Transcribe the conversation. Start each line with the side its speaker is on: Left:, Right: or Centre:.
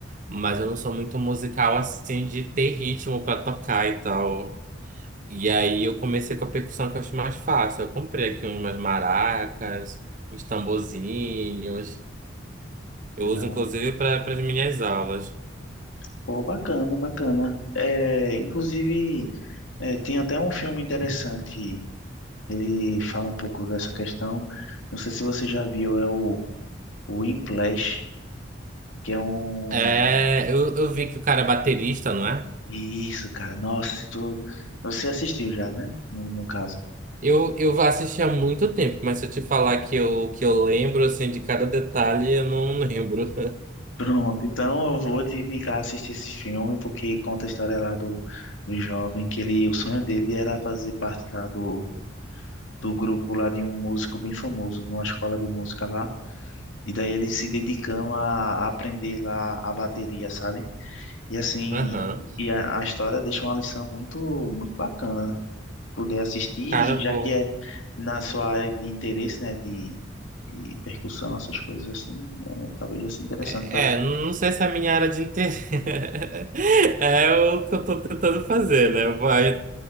Right: Mas eu não sou muito musical, assim, de ter ritmo pra tocar e tal. E aí eu comecei com a percussão que eu acho mais fácil. Eu comprei aqui umas maracas, uns tamborzinhos. Eu
Left: Ah,
Right: uso inclusive para as minhas aulas.
Left: pô, bacana, bacana. É, inclusive, é, tem até um filme interessante. Ele fala um pouco dessa questão. Não sei se você já viu, é o, o Whiplash, que é um
Right: É, eu, eu vi que o cara é baterista, não é?
Left: Isso, cara. Nossa, se tu. Você assistiu já, né? No, no caso. <laughs>
Right: Eu, eu assisti há muito tempo, mas se eu te falar que eu, que eu lembro assim de cada detalhe, eu não lembro.
Left: Pronto, então eu vou te indicar assistir esse filme, porque conta a história lá do, do jovem, que ele, o sonho dele era fazer parte lá do, do grupo lá de um músico bem famoso, numa escola de música lá, e daí ele se dedicando a, a aprender lá a bateria, sabe? E assim,
Right: <laughs> Aham.
Left: e a, a história deixa uma lição muito, muito bacana poder assistir,
Right: Cara,
Left: e já
Right: vou.
Left: que é na sua área de interesse, né, de, de percussão, essas coisas assim, é, talvez já seja interessante
Right: É,
Left: para você.
Right: não sei se é a minha área de interesse. <laughs> É o que eu tô tentando fazer, né? Vai